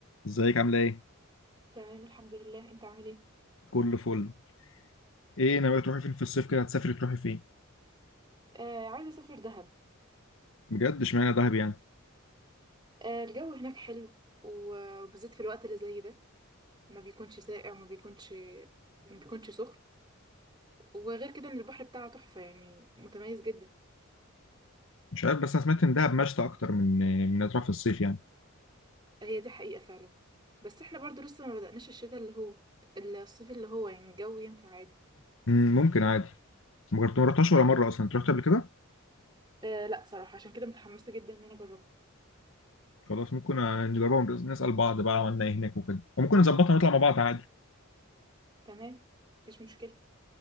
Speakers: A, on the left; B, on the right.
A: ازيك عامله ايه
B: تمام الحمد لله انت عامل ايه
A: كله فل ايه ناويه تروحي فين في الصيف كده هتسافري تروحي فين
B: آه عايزه اسافر دهب
A: بجد اشمعنى دهب يعني
B: آه الجو هناك حلو و- وبالذات في الوقت اللي زي ده ما بيكونش ساقع وما بيكونش ما بيكونش سخن وغير كده ان البحر بتاعها تحفه يعني متميز جدا
A: مش عارف بس انا سمعت ان دهب مشتى اكتر من من هتروح في الصيف يعني
B: هي دي حقيقه فعلا بس احنا برضو لسه ما بدأناش الشتاء اللي هو الصيف اللي هو يعني الجو ينفع عادي
A: مم، ممكن عادي ما جربت ما رحتهاش ولا مره اصلا انت رحت قبل كده
B: آه لا صراحه عشان كده متحمسه جدا ان انا اجربها
A: خلاص ممكن آه، نجربها ونس- نسال بعض بقى عملنا ايه هناك وكده وممكن نظبطها ونطلع مع بعض عادي
B: تمام مفيش مشكله